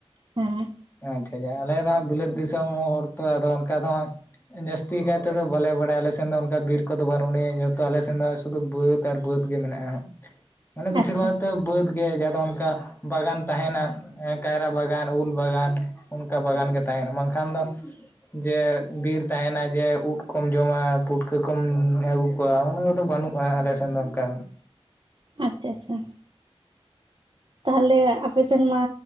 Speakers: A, on the right; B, on the left.
A: ᱦᱮᱸ
B: ᱟᱪᱪᱷᱟ ᱪᱷᱟ ᱟᱞᱮ ᱫᱚ ᱦᱟᱜ ᱵᱤᱞᱟᱹᱛ ᱫᱤᱥᱚᱢ ᱦᱚᱲ ᱛᱚ ᱟᱫᱚ ᱚᱱᱠᱟ ᱫᱚ ᱦᱟᱸᱜ ᱡᱟᱹᱥᱛᱤ ᱠᱟᱭ ᱛᱮᱫᱚ ᱵᱟᱞᱮ ᱵᱟᱲᱟᱭᱟ ᱟᱞᱮᱥᱮᱱ ᱫᱚ ᱚᱱᱠᱟ ᱵᱤᱨ ᱠᱚᱫᱚ ᱵᱟᱹᱱᱩᱜ ᱱᱤᱭᱟᱹ ᱡᱚᱛᱚ ᱟᱞᱮᱥᱮᱱ ᱫᱚ ᱫᱚ ᱵᱟᱹᱫᱽ ᱟᱨ ᱵᱟᱹᱫᱽ ᱜᱮ ᱢᱮᱱᱟᱜᱼᱟ ᱦᱟᱸᱜ ᱢᱟᱱᱮ ᱵᱤᱥᱤᱨ
A: ᱟᱪᱪᱷᱟ
B: ᱵᱷᱟᱜᱽ
A: ᱟᱪᱪᱷᱟ
B: ᱛᱮ ᱵᱟᱹᱫᱽ ᱜᱮ ᱡᱟ ᱫᱚ ᱚᱱᱠᱟ ᱵᱟᱜᱟᱱ ᱛᱟᱦᱮᱱᱟ ᱠᱟᱭᱨᱟ ᱵᱟᱜᱟᱱ ᱩᱞ ᱵᱟᱜᱟᱱ ᱚᱱᱠᱟ ᱵᱟᱜᱟᱱ ᱜᱮ ᱛᱟᱦᱮᱱᱟ ᱵᱟᱝᱠᱷᱟᱱ ᱫᱚ ᱡᱮ ᱵᱤᱨ ᱛᱟᱦᱮᱱᱟ ᱡᱮ ᱩᱫ ᱠᱚᱢ ᱡᱚᱢᱟ ᱯᱩᱴᱠᱟᱹᱠᱚᱢ ᱟᱹᱜᱩ ᱠᱚᱣᱟ ᱚᱱᱟ ᱠᱚᱫᱚ ᱵᱟᱹᱱᱩᱜ-ᱟ ᱟᱞᱮᱥᱮᱱ ᱫᱚ ᱚᱱᱠᱟ
A: ᱟᱪᱪᱷᱟ ᱟᱪᱪᱷᱟ ᱛᱟᱦᱚᱞᱮ ᱟᱯᱮᱥᱱ ᱢᱟ